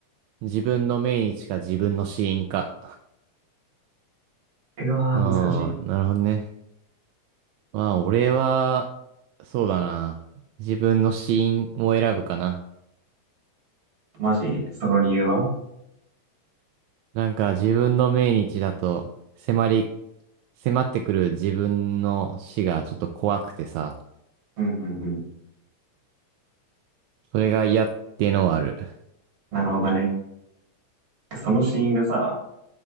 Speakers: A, on the right (about 80°); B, on the right (about 50°).
A: 自分の命日か自分の死因か。
B: うわー、
A: うー
B: 難しい。
A: ん、なるほどね。まあ、俺は、そうだな。自分の死因を選ぶかな。
B: マジその理由は
A: なんか、自分の命日だと、迫り、迫ってくる自分の死がちょっと怖くてさ、
B: うんうんうん。
A: それが嫌っていうのはある。
B: なるほどね。その死因がさ、